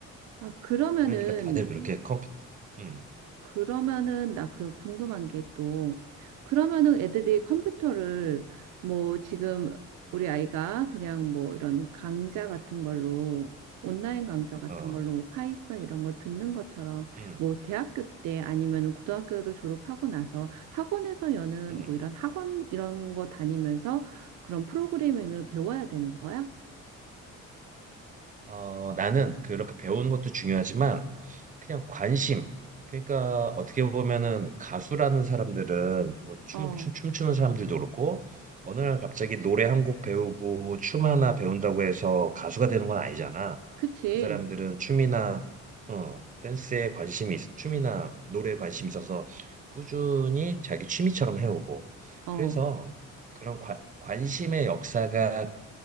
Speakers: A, on the right; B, on the right.
A: 아, 그러면은
B: 그러니까 다들 그렇게 컴퓨터, 응,
A: 그러면은 나 그 궁금한 게 또 그러면은 애들이 컴퓨터를
B: 응,
A: 뭐 지금
B: 응,
A: 우리 아이가 그냥 뭐 이런 강좌 같은
B: 어,
A: 걸로 온라인 강좌
B: 어,
A: 같은
B: 어,
A: 걸로 뭐 파이썬 이런 거 듣는 것처럼
B: 응,
A: 뭐 대학교 때 아니면은 고등학교를 졸업하고 나서 학원에서 여는
B: 응.
A: 뭐 이런 학원 이런 거 다니면서 그런 프로그래밍을 배워야 되는 거야?
B: 어, 나는 그렇게 배우는 것도 중요하지만 그냥 관심. 그러니까 어떻게 보면은 가수라는 사람들은 뭐 춤,
A: 어,
B: 춤, 춤추는 사람들도 그렇고 어느 날 갑자기 노래 한 곡 배우고 춤 하나 배운다고 해서 가수가 되는 건 아니잖아.
A: 그치.
B: 그 사람들은 춤이나 어, 댄스에 관심이 있, 춤이나 노래에 관심이 있어서 꾸준히 자기 취미처럼 해오고
A: 어,
B: 그래서 그런 관, 관심의 역사가